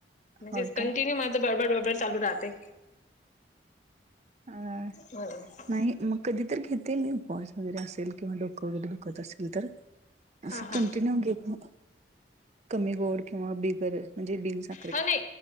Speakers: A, on the left; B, on the right.
A: म्हणजे
B: होय काय
A: कंटिन्यू माझ बळबड बळबड चालू राहते.
B: अ
A: हा
B: नाही मग कधी तर्री घेत. ते मी बॉस वगैरे असेल किंवा डोकं वगैरे दुखत असेल तर असं
A: हा
B: कंटिन्यू घेत. कमी गोड किंवा बिगर म्हणजे बिनस.
A: हवि.